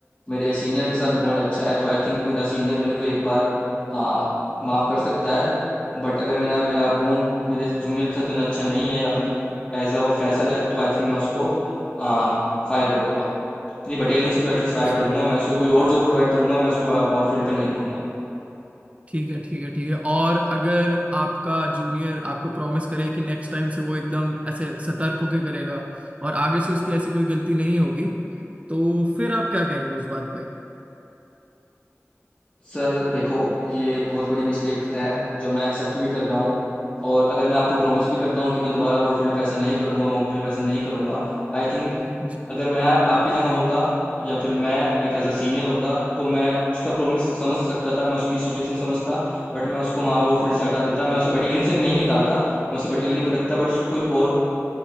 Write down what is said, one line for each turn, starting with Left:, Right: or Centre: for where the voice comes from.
Left: मेरे सीनियर के साथ बॉन्ड अच्छा है तो आई थिंक मेरा सीनियर मेरे को एक बार आ, माफ कर सकता है बट अगर मेरा मेरा बॉन्ड मेरे जूनियर के साथ इतना अच्छा नहीं है या फिर एज अ वो फ्रेशर है तो आई थिंक मैं उसको आ, फायर कर दूंगा अपनी बटालियन से तो एटलीस्ट फायर
Right: अच्छा
Left: कर दूंगा मैं उसको कोई और जॉब प्रोवाइड करूंगा मैं उसको वॉरफील्ड पे नहीं रखूंगा
Right: ठीक है ठीक है ठीक है और अगर आपका जूनियर आपको प्रॉमिस करे कि नेक्स्ट टाइम से वो एकदम ऐसे सतर्क होके करेगा और आगे से उसकी ऐसी कोई गलती नहीं होगी तो फिर आप क्या कहेंगे उस बात पे
Left: सर देखो ये बहुत बड़ी मिस्टेक है जो मैं एक्सेप्ट भी कर रहा हूँ और अगर मैं आपको प्रॉमिस भी करता हूँ कि मैं दोबारा वर्ल्ड फील्ड पे ऐसा नहीं करूंगा मॉक ड्रिल में ऐसा नहीं करूंगा आई थिंक
Right: जी,
Left: अगर मैं आपकी जगह होता या फिर मैं एक एज अ सीनियर होता तो मैं उसका प्रॉमिस समझ सकता था मैं उसकी सिचुएशन समझता बट मैं उसको वहाँ वर्ल्ड फील्ड से हटा देता मैं उसे बटालियन से नहीं निकालता मैं उसे बटालियन में रखता बट उसको कोई और